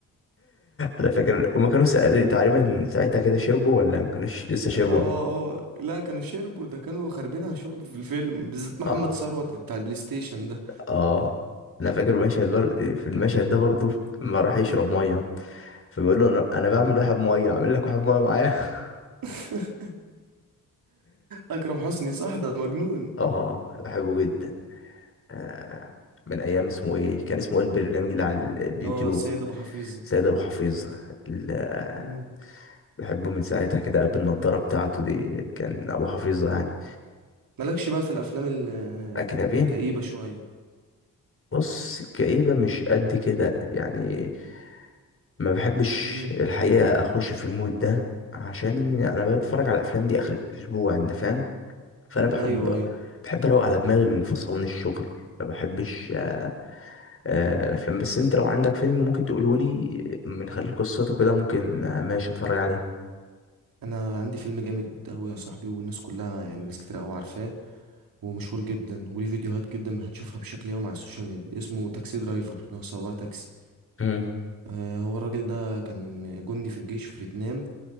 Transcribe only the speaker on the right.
اه اه لا كانوا شربوا ده كانوا خاربينها شرب في الفيلم بالذات محمد
ثروت بتاع البلاي ستيشن ده
<laughs> اكرم حسني صح ده مجنون
اه السيد ابو حفيظه
مم.
مالكش بقى في الافلام ال-
الكئيبه شويه
مم.
ايوه ايوه
انا عندي فيلم جامد قوي يا صاحبي والناس كلها يعني ناس كتير قوي عارفاه ومشهور جدا وليه فيديوهات جدا هتشوفها بشكل يومي على السوشيال ميديا اسمه تاكسي درايفر اللي هو سواق تاكسي
آه، هو الراجل ده كان جندي في الجيش في فيتنام